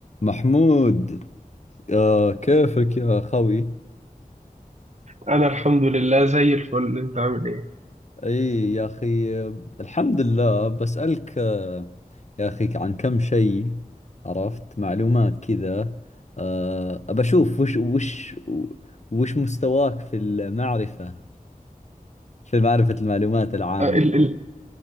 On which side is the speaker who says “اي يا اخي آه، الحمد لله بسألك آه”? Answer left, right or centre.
Left